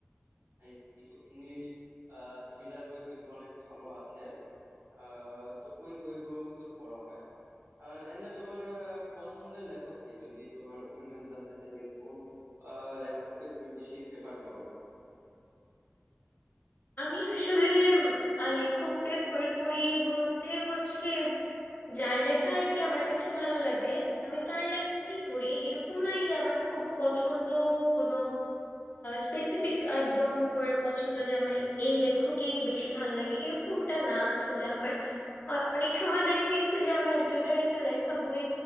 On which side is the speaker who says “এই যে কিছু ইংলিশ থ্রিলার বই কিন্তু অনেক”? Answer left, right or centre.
Right